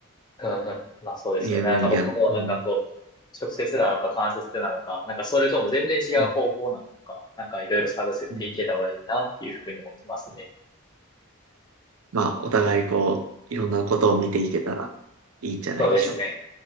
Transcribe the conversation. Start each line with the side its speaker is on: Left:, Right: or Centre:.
Left: うんうん。まあそうですよね。
Right: いや、うんいや、
Left: なんか僕もなんかこう、
Right: うん、
Left: 直接なのか間接なのか、なんかそれとも全然違う方法なのか、
Right: うん、
Left: なんかいろいろ探せていければいいなっていうふうに思ってますね。
Right: うんまあ、お互いこう、いろんなことを見ていけたらいいんじゃないでしょうか。
Left: そうですね。